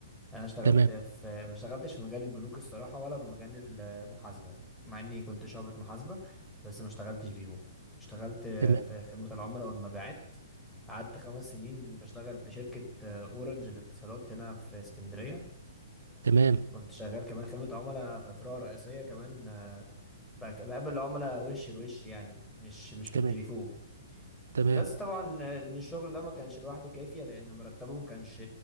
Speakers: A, in the centre; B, on the right.
A: انا اشتغلت
B: تمام
A: في ما اشتغلتش في مجال البنوك الصراحه ولا في مجال المحاسبه مع اني كنت شعبة محاسبه بس ما اشتغلتش بيهم اشتغلت
B: تمام
A: في خدمه العملاء والمبيعات قعدت خمس سنين بشتغل في شركه اورنج للاتصالات هنا في اسكندريه
B: تمام
A: كنت شغال كمان خدمه عملاء في فروع رئيسيه كمان آه، بق- بقابل العملاء وش لوش يعني مش مش في
B: تمام
A: التليفون
B: تمام
A: بس طبعا ان الشغل ده ما كانش لوحده كافية لان مرتبه ما كانش